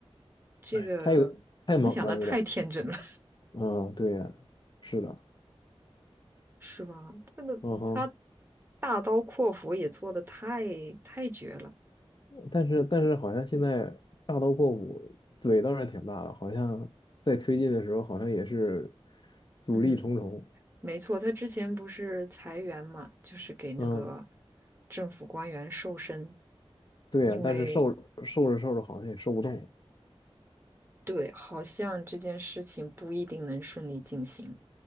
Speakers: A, on the right; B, on the left.
A: 这个我们想的太天真了。
B: 哎，太有太猛了，有点儿。嗯，对呀，是的，
A: 是吧？这个他
B: 嗯哼。
A: 大刀阔斧也做的太太绝了。
B: 但是但是好像现在大刀阔斧，嘴倒是挺大的，好像在推进的时候好像也是阻力重重。
A: 嗯，没错，他之前不是裁员嘛，就是给那个
B: 嗯，
A: 政府官员瘦身，
B: 对呀，
A: 因为
B: 但是受受着受着好像也受不动。
A: 对，好像这件事情不一定能顺利进行。